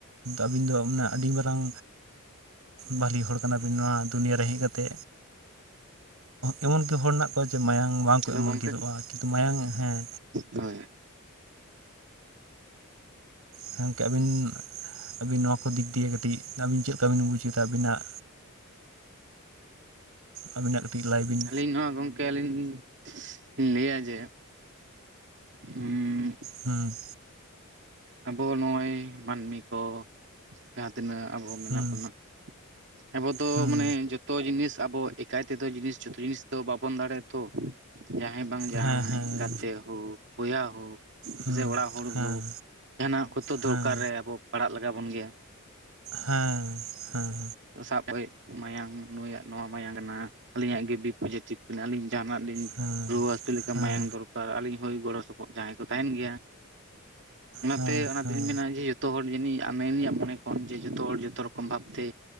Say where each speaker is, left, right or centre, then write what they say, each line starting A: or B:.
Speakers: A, on the right (about 90°); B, on the right (about 55°).
A: ᱟᱹᱵᱤᱱ ᱫᱚ ᱟᱹᱰᱤ ᱢᱟᱨᱟᱝ ᱵᱷᱟᱞᱤ ᱦᱚᱲ ᱠᱟᱱᱟᱵᱤᱱ ᱱᱚᱣᱟ ᱫᱩᱱᱤᱭᱟᱹ ᱨᱮ ᱦᱮᱡ ᱠᱟᱛᱮ ᱮᱢᱚᱱ ᱠᱤ ᱦᱚᱲ ᱚᱠᱚᱭ ᱡᱮ ᱢᱟᱭᱟᱝ ᱵᱟᱝᱠᱚ
B: ᱦᱮᱞᱳ
A: ᱮᱢᱚᱜ
B: ᱜᱚᱝᱠᱮ
A: ᱞᱟᱹᱜᱤᱫᱚᱜᱼᱟ ᱠᱤᱱᱛᱩ ᱢᱟᱭᱟᱝ ᱦᱮᱸ
B: ᱦᱳᱭ
A: ᱦᱮᱸ ᱜᱚᱢᱠᱮ ᱟᱹᱵᱤᱱ ᱟᱹᱵᱤᱱ ᱱᱚᱣᱟ ᱠᱚ ᱫᱤᱠ ᱫᱤᱭᱮ ᱠᱟᱹᱴᱤᱡ ᱟᱹᱵᱤᱱ ᱪᱮᱫᱠᱟ ᱵᱤᱱ ᱵᱩᱡ ᱠᱮᱫᱟ ᱟᱹᱵᱤᱱᱟᱜ ᱟᱵᱤᱱᱟᱜ ᱠᱟᱹᱴᱤᱡ ᱞᱟᱭ ᱵᱤᱱ᱾
B: ᱟᱹᱞᱤᱧ ᱱᱚᱣᱟ ᱜᱚᱝ ᱞᱤᱧ <unintelligible> ᱞᱟᱹᱭᱟ ᱡᱮ <unintelligible> ᱩᱸ
A: ᱦᱩᱸ
B: ᱟᱵᱚ ᱱᱚᱜᱼᱚᱭ ᱢᱟᱹᱱᱢᱤ ᱠᱚ᱾ ᱡᱟᱦᱟᱸ ᱛᱤᱱᱟᱹᱜ ᱟᱵᱚ ᱢᱮᱱᱟᱜ
A: ᱦᱩᱸ
B: ᱵᱚᱱᱟ ᱟᱵᱚᱫ ᱫᱚ
A: ᱦᱩᱸ
B: ᱢᱟᱱᱮ‌ ᱡᱚ ᱡᱚᱛᱚ ᱡᱤᱱᱤᱥ ᱟᱵᱚ ᱮᱠᱟᱭ ᱛᱮᱫᱚ ᱡᱤᱱᱤᱥ ᱡᱚᱛᱚ ᱡᱤᱱᱤᱥ ᱫᱚ ᱵᱟᱵᱚᱱ ᱫᱟᱲᱮᱭᱟᱜᱼᱟ ᱛᱚ᱾ ᱡᱟᱦᱟᱸᱭ ᱵᱟᱝ ᱡᱟᱦᱟᱸᱭ,
A: ᱦᱮᱸ ᱦᱮᱸ
B: ᱜᱟᱛᱮ ᱦᱳᱠ, ᱵᱚᱦᱟ ᱦᱳᱠ,
A: ᱦᱩᱸ
B: ᱥᱮ ᱚᱲᱟᱜ ᱦᱚᱲ
A: ᱦᱮᱸ
B: ᱦᱳᱠ ᱡᱟᱦᱟᱱᱟᱜ ᱠᱚᱛᱚ
A: ᱦᱮᱸ
B: ᱫᱚᱨᱠᱟᱨ ᱨᱮ ᱟᱵᱚ ᱯᱟᱲᱟᱜ ᱞᱟᱜᱟᱣ ᱵᱚᱱ ᱜᱮᱭᱟ᱾
A: ᱦᱮᱸ ᱦᱮᱸ
B: ᱥᱟᱵ ᱨᱮ ᱢᱟᱭᱟᱝ ᱱᱩᱭᱟᱜ ᱱᱚᱣᱟ ᱢᱟᱭᱟᱝ ᱠᱟᱱᱟ ᱟᱹᱞᱤᱧᱟᱜ ᱜᱮ ᱵᱤ ᱯᱚᱡᱮᱴᱤᱵᱷ ᱠᱟᱱᱟ ᱟᱞᱤᱧ ᱡᱟᱦᱟᱱᱟᱜ ᱞᱤᱧ
A: ᱦᱮᱸ
B: ᱨᱩᱣᱟᱹ ᱦᱟᱹᱥᱩ ᱞᱮᱱᱠᱷᱟᱱ
A: ᱦᱮᱸ
B: ᱢᱟᱭᱟᱝ ᱫᱚᱨ ᱠᱟᱨᱟ ᱟᱹᱞᱤᱧ ᱦᱳᱭ ᱜᱚᱲᱚ ᱥᱚᱯᱚᱦᱚᱫ ᱡᱟᱦᱟᱸᱭ ᱠᱚ ᱛᱟᱦᱮᱱ ᱜᱮᱭᱟ, ᱚᱱᱟᱛᱮ
A: ᱦᱮᱸ ᱦᱮᱸ
B: ᱚᱱᱟᱛᱤᱧ
A: ᱦᱮᱸ
B: ᱢᱮᱱᱟ ᱡᱮ ᱡᱚᱛᱚ ᱦᱚᱲ ᱡᱟᱹᱱᱤᱡ ᱟᱨ ᱢᱮᱱ ᱜᱮᱭᱟ‌ ᱵᱚᱱ ᱮᱠᱷᱚᱱ ᱡᱮ ᱡᱚᱛᱚ ᱦᱚᱲ ᱡᱚᱛᱚ ᱨᱚᱠᱚᱢ ᱵᱷᱟᱵᱛᱮ